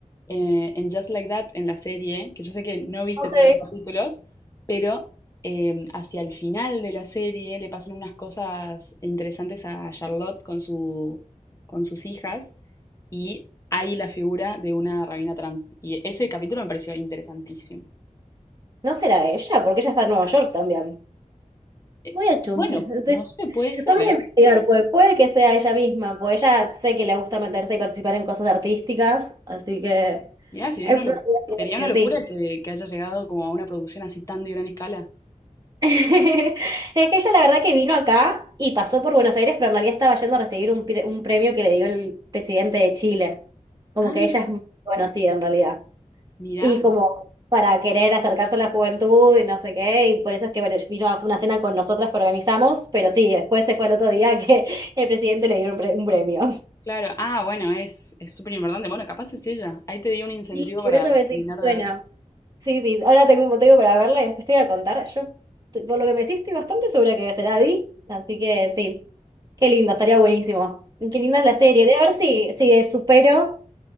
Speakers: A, on the left (about 25°); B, on the right (about 30°).
A: eh, en Just Like That, en la serie, que yo sé que no viste
B: Ok.
A: todos los capítulos, pero em, hacia el final de la serie le pasan unas cosas interesantes a Charlotte con su, con sus hijas y hay la figura de una rabina trans. Y ese capítulo me pareció interesantísimo.
B: ¿No será ella? Porque ella está en Nueva York también.
A: Eh,
B: Voy a chusmear.
A: Bueno, no sé, puede
B: Que
A: ser,
B: tengo que
A: ¿eh?
B: investigar, pues puede que sea ella misma, pues ella sé que le gusta meterse y participar en cosas artísticas, así que
A: Mirá, sería
B: es
A: una,
B: probable
A: lo-
B: que
A: sería
B: sí,
A: una
B: o
A: locura
B: sí.
A: que, que haya llegado como a una producción así tan de gran escala.
B: <laughs> Es que ella la verdad que vino acá y pasó por Buenos Aires, pero en realidad estaba yendo a recibir un, pre- un premio que le dio el presidente de Chile. Como
A: Ah,
B: que ella es muy conocida en realidad.
A: mirá,
B: Y como para querer acercarse a la juventud y no sé qué, y por eso es que bueno, vino a una cena con nosotras que organizamos, pero sí, después se fue el otro día que el presidente le dieron un pre- un premio.
A: claro. Ah, bueno, es es súper importante. Bueno, capaz es ella. Ahí te di un incentivo
B: Sí, por
A: para
B: eso me decís,
A: terminar de
B: suena.
A: ver.
B: Sí, sí, ahora tengo un motivo para verla y después te voy a contar. Yo, t- por lo que me decís, estoy bastante segura que será vi, así que sí. Qué lindo, estaría buenísimo. Y Qué linda es la serie. De a ver si, si supero